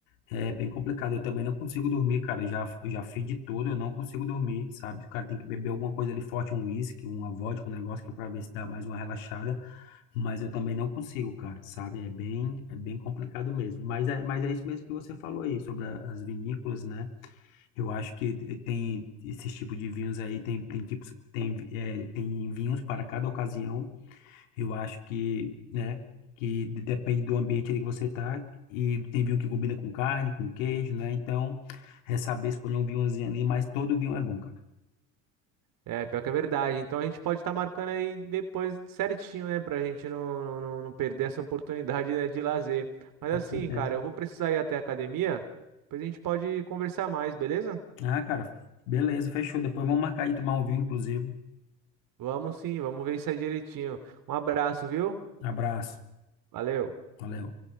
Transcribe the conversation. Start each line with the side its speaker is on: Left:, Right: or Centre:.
Left: é bem complicado. Eu também não consigo dormir, cara. Eu Já, eu já fiz de tudo, eu não consigo dormir, sabe? O cara tem que beber alguma coisa ali forte, um uísque, uma vodka, um negócio que é pra ver se dá mais uma relaxada. Mas eu também não consigo, cara, sabe? É bem, é bem complicado mesmo. Mas é, mas é isso mesmo que você falou aí sobre a- as vinícolas, né? Eu acho que tem esses tipos de vinhos aí, tem, tem tipos, tem, é, tem vinhos para cada ocasião. Eu acho que, né, que de- depende do ambiente ali que você tá, e tem vinho que combina com carne, com queijo, né? Então, é saber escolher um vinhozinho ali, mas todo vinho é bom, cara.
Right: É, pior que é verdade. Então a gente pode estar marcando aí depois certinho, né? Pra gente não, não, não perder essa oportunidade, né, de lazer. Mas
Left: Com
Right: assim,
Left: certeza.
Right: cara, eu vou precisar ir até a academia. Depois a gente pode conversar mais, beleza?
Left: Ah, cara, beleza, fechou. Depois vamos marcar de tomar um vinho, inclusive.
Right: Vamos sim, vamos ver isso aí direitinho. Um abraço, viu?
Left: Abraço.
Right: Valeu.
Left: Valeu.